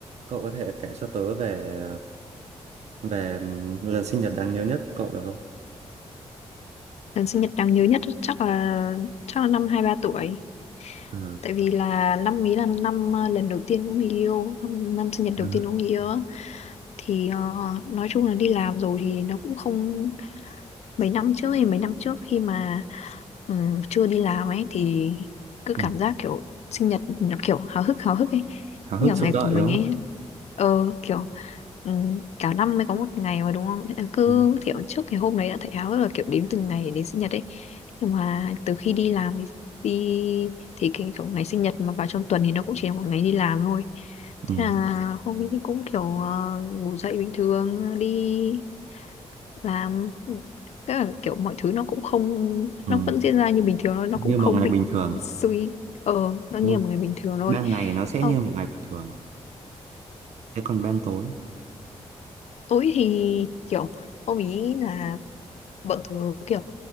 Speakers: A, on the right; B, on the left.
A: Cậu có thể kể cho tớ về về lần sinh nhật đáng nhớ nhất của cậu được không?
B: lần sinh nhật đáng nhớ nhất chắc là chắc là năm hai ba tuổi
A: Ờ,
B: tại vì là năm ý là năm ờ, lần đầu tiên cũng người yêu năm, năm sinh nhật đầu
A: ờ,
B: tiên cũng người yêu á. thì ờ, nói chung là đi làm rồi thì nó cũng không mấy năm trước thì mấy năm trước khi mà ừ, chưa đi làm ấy thì cứ
A: Ừ.
B: cảm giác kiểu sinh nhật nó kiểu háo hức háo hức ấy
A: háo hức
B: kiểu
A: trông
B: ngày
A: đợi
B: của mình
A: đúng
B: ấy
A: không?
B: ờ kiểu Ừ, cả năm mới có một ngày mà đúng không? Thế là cứ
A: Ừ.
B: kiểu trước cái hôm đấy đã thấy háo hức là kiểu đếm từng ngày đến sinh nhật ấy. Nhưng mà từ khi đi làm thì đi thì cái kiểu ngày sinh nhật mà vào trong tuần thì nó cũng chỉ là một ngày đi làm thôi.
A: Ừ.
B: Thế là hôm ấy thì cũng kiểu ờ, ngủ dậy bình thường đi làm. Tức là kiểu mọi thứ nó cũng không
A: Ừ.
B: nó vẫn diễn ra như bình thường thôi, nó
A: Như
B: cũng không
A: một ngày
B: bị
A: bình thường.
B: suy ờ nó như
A: Đúng
B: là
A: không?
B: một ngày bình thường thôi.
A: Ban ngày nó sẽ
B: Không.
A: như một ngày bình thường. Thế còn ban tối.
B: Tối thì kiểu ông ý là bọn tớ kiểu